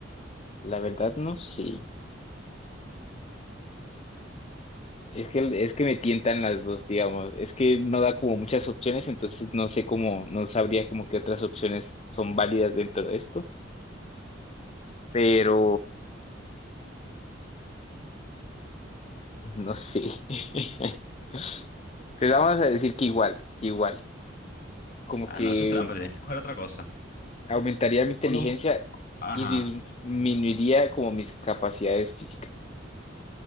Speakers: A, on the left; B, on the left.
A: la verdad no sé. Es que, es que me tientan las dos, digamos. Es que no da como muchas opciones, entonces no sé cómo, no sabría como qué otras opciones son válidas dentro de esto, pero no sé. <laughs> Pues vamos a decir que igual, que igual. Como
B: Ah,
A: que
B: no, eso es trampa, tienes que coger otra cosa.
A: aumentaría mi inteligencia
B: Por lo... Ajá.
A: y disminuiría como mis capacidades físicas.